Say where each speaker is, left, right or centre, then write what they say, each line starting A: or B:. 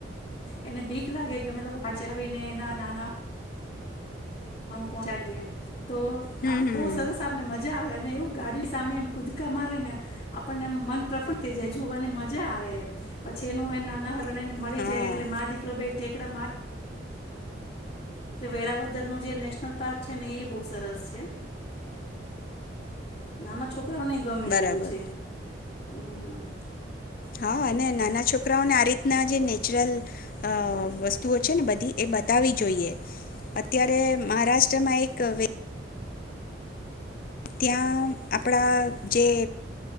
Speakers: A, on the left (about 30°); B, on the left (about 45°).
A: એને ભીક લાગે કે અમે લોકો ચલાને એના નાના. પહંચાડીએ. તો
B: હમ
A: આ
B: હમ
A: બહુ સરસ આપને મજા મજા આવે અને એવું ગાડી સામે એ કુદકા મારે ને આપણને મન પ્રફુલ્લ થઈ જાય જોવાની મજા આવે, એમ પછી એનું એ નાના હરણે એને મળી
B: હા
A: જાય એટલે મા દીકરો ભાઈ ઠટેકડા મારે. વેળાવદર નું જે નેશનલ પાર્ક છે ને એ બહ સરસ છે. નાના છોક. છોકરો નહી ગમે
B: બરાબર
A: એવું છે. હમ
B: હા અને નાના છોકરાઓને આ રીતના જે નેચરલ અ વસ્તુઓ છે ને બધી એ બતાવી જોઈએ અત્યારે. મહારાષ્ટ્રમાં એક વ ત્યાં આપણા જે